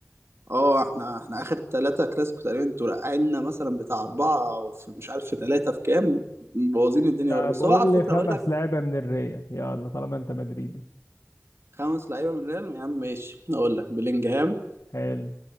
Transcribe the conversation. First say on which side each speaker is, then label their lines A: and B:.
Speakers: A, on the right; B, on the left.
A: اه احنا احنا اخر ثلاثة كلاسيكو تقريبا انتوا رقعنا مثلا بتاع اربعة او في مش عارف في ثلاثة في كام مبوظين الدنيا
B: طب
A: خالص بس
B: قول
A: هو على
B: لي
A: فكرة
B: خمس
A: اقول لك
B: لعيبة من الريال يلا طالما انت مدريدي
A: خمس لعيبة من ريال يا عم ماشي اقول لك بلينجهام
B: حلو